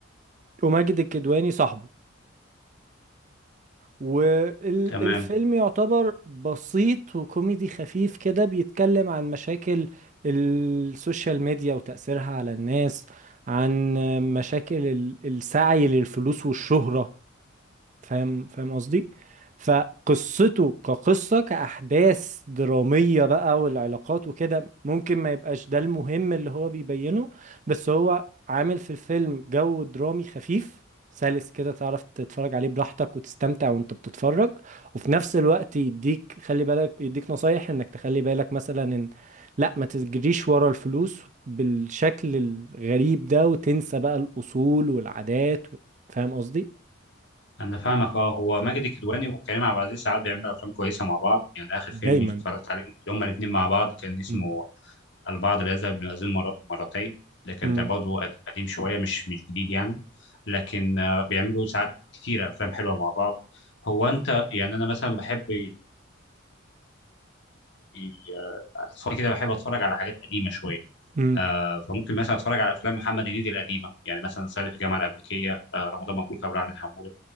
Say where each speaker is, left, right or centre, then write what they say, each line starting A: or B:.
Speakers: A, on the right; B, on the left.
A: وماجد الكدواني صاحبه والفيلم
B: تمام
A: يعتبر بسيط وكوميدي خفيف كده بيتكلم عن مشاكل السوشيال ميديا وتأثيرها على الناس عن مشاكل ال- السعي للفلوس والشهرة فاهم فاهم قصدي فقصته كقصة كأحداث درامية بقى والعلاقات وكده ممكن ما يبقاش ده المهم اللي هو بيبينه بس هو عامل في الفيلم جو درامي خفيف سلس كده تعرف تتفرج عليه براحتك وتستمتع وانت بتتفرج وفي نفس الوقت يديك خلي بالك يديك نصايح انك تخلي بالك مثلا ان لا ما تجريش ورا الفلوس بالشكل الغريب ده وتنسى بقى الأصول والعادات فاهم قصدي؟
B: انا فاهمك اه هو ماجد الكدواني وكريم عبد العزيز ساعات بيعملوا افلام كويسه مع بعض يعني اخر
A: دايما
B: فيلم اتفرجت عليه هما الاثنين مع بعض كان اسمه
A: مم.
B: البعض لا يذهب للمأذون مر- مرتين ده كان
A: مم.
B: برضه قديم شويه مش مش جديد يعني لكن آه، بيعملوا ساعات كتيره افلام حلوه مع بعض هو انت يعني انا مثلا بحب ي- ي- آه، اتفرج كده بحب اتفرج على حاجات قديمه شويه
A: مم.
B: آه فممكن مثلا اتفرج على افلام محمد هنيدي القديمه يعني مثلا صعيدي في الجامعه الامريكيه آه رمضان مبروك ابو العلمين حمود